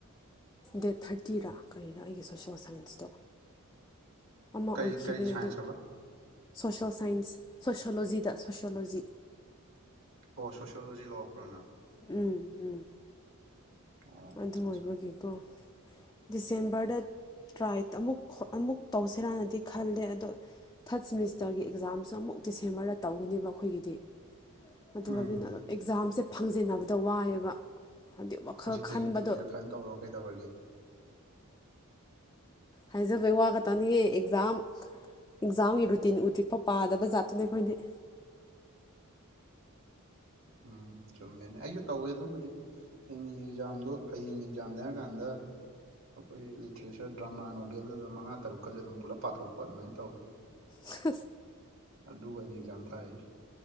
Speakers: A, on the left (about 15°); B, on the right (about 65°).
A: ꯗꯦꯠ ꯊꯥꯔꯇꯤꯔꯥ ꯀꯔꯤꯔ ꯑꯩꯒꯤ ꯁꯣꯁꯦꯜ ꯁꯥꯏꯟꯁꯇꯣ ꯑꯃ
B: ꯀꯔꯤ
A: ꯑꯣꯏꯈꯤꯕꯅꯤ
B: ꯀꯔꯤ ꯁꯥꯏꯟꯁ
A: ꯑꯗꯨ
B: ꯍꯥꯏꯕ
A: ꯁꯣꯁꯣ ꯁꯥꯏꯟꯁ ꯁꯣꯁꯤꯌꯣꯂꯣꯖꯤꯗ ꯁꯣꯁꯤꯌꯣꯂꯣꯖꯤ
B: ꯑꯣ ꯁꯣꯁꯤꯌꯣꯂꯣꯖꯤ ꯂꯧꯔꯛꯄ꯭ꯔ ꯅꯪ
A: ꯎꯝ ꯎꯝ
B: ꯑꯣ
A: ꯑꯗꯨ
B: ꯑꯠꯆꯥ
A: ꯑꯣꯏꯕꯒꯤꯀꯣ
B: ꯑꯠꯆꯥ
A: ꯗꯤꯁꯦꯝꯕꯔꯗ ꯇ꯭ꯔꯥꯏ ꯑꯃꯨꯛ ꯑꯃꯨꯛ ꯇꯧꯁꯤꯔꯅꯗꯤ ꯈꯜꯂꯦ ꯑꯗꯣ ꯊꯔꯠ ꯁꯦꯃꯤꯁꯇꯔꯒꯤ ꯑꯦꯛꯖꯥꯝꯁꯨ ꯑꯃꯨꯛ ꯗꯤꯁꯦꯝꯕꯔꯗ ꯇꯧꯒꯅꯦꯕ ꯑꯩꯈꯣꯏꯒꯤꯗꯤ ꯑꯗꯨ
B: ꯎꯝ
A: ꯑꯣꯏꯕꯅ ꯑꯗꯨꯝ ꯑꯦꯛꯖꯥꯝꯁꯦ ꯐꯪꯖꯤꯟꯅꯕꯗ ꯋꯥꯏꯑꯦꯕ ꯍꯥꯏꯕꯗꯤ ꯋꯥꯈꯜ
B: ꯇꯒꯤ
A: ꯈꯟꯕꯗꯣ
B: ꯄ꯭ꯔꯤꯄꯦꯌꯔ ꯐꯅ ꯇꯧꯔꯣ ꯀꯩꯗꯧꯔꯒꯦ
A: ꯍꯥꯏꯖꯕꯩ ꯋꯥ ꯈꯇꯅꯤꯌꯦ ꯑꯦꯛꯖꯥꯝ ꯑꯦꯛꯖꯥꯝꯒꯤ ꯔꯨꯇꯤꯟ ꯎꯗ꯭ꯔꯤꯛꯄ ꯄꯥꯗꯕ ꯖꯥꯠꯇꯨꯅꯦ ꯑꯩꯈꯣꯏꯗꯤ
B: ꯎꯝ ꯆꯨꯝꯃꯦꯅꯦ ꯑꯩꯁꯨ ꯇꯧꯋꯦ ꯑꯗꯨꯕꯨꯗꯤ ꯑꯦꯝ ꯏ ꯑꯦꯛꯖꯥꯝꯗꯣ ꯍꯌꯦꯡ ꯑꯦꯛꯖꯥꯝꯅꯦꯔꯀꯥꯟꯗ ꯑꯩꯈꯣꯏ ꯂꯤꯇ꯭ꯔꯦꯆꯔ ꯗ꯭ꯔꯃꯥ ꯅꯣꯕꯦꯜꯒ ꯑꯗꯨꯝ ꯃꯉꯥ ꯇꯔꯨꯛꯀꯁꯨ ꯑꯗꯨꯝ ꯄꯨꯂꯞ ꯄꯥꯊꯣꯛꯄ ꯑꯗꯨꯃꯥꯏꯅ ꯇꯧꯋꯤ
A: ꯑꯁ
B: ꯑꯗꯨꯒꯅꯤ ꯑꯦꯛꯖꯥꯝ ꯊꯥꯏꯁꯤ